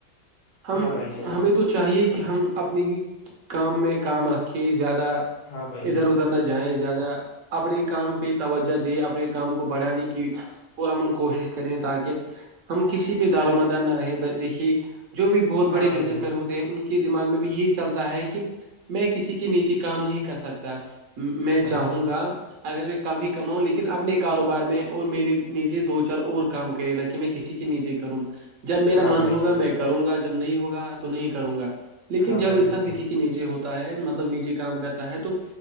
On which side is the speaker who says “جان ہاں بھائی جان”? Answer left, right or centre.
Left